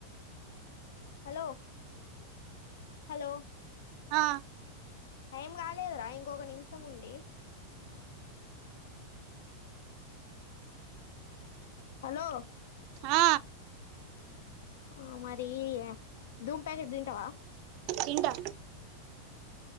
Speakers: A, on the left; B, on the right.
A: Hello hello.
B: ఆ.
A: టైం గాలేదురా ఇంకొక నిమిషం ఉంది. ఆలో.
B: హా.
A: ఆ మరీ., ధూమ్ ప్యాకిట్ దింటావా.?
B: తింటా.